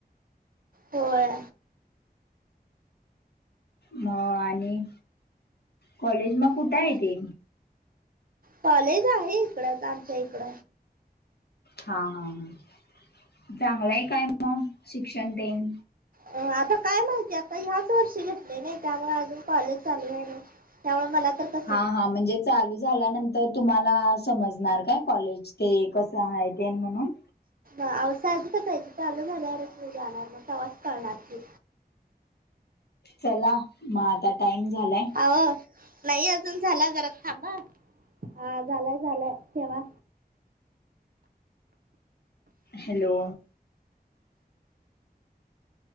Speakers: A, on the right (about 60°); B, on the left (about 75°).
A: होय
B: मग आणि कॉलेज मग कुठं
A: ह
B: आहे ते
A: कॉलेज आहे इकडच आमच्या इकड
B: हा, हा, हा चांगलाय काय मग शिक्षण तेन
A: अ आता काय माहितीय आता ह्याच वर्षी घेतले नाही त्यामुळे अजून कॉलेज चालू व्हाय नाय त्यामुळे मला तर क
B: हा, हा म्हणजे चालू झाल्यानंतर तुम्हाला समजणार काय कॉलेज ते क च आहे तेन म्हणून
A: आओ साहजिकच चालू झाल्याच मी जाणार मग आवाज कळणार की
B: चला म आता टाइम झालाय
A: अहो नाही अजून झाला जरा थांबा ह झालाय, झालाय ठेवा
B: हॅलो